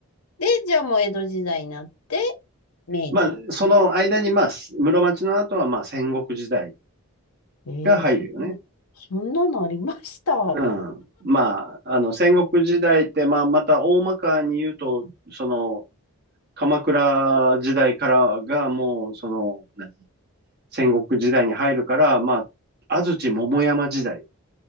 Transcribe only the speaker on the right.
まあ、その間に、まあ、室町の後は、まあ、戦国時代
が入るよね。
うん。まあ、あの、戦国時代って、まあ、また大まかに言うと、その、鎌倉時代からがもう、その、戦国時代に入るから、まあ、安土桃山時代っ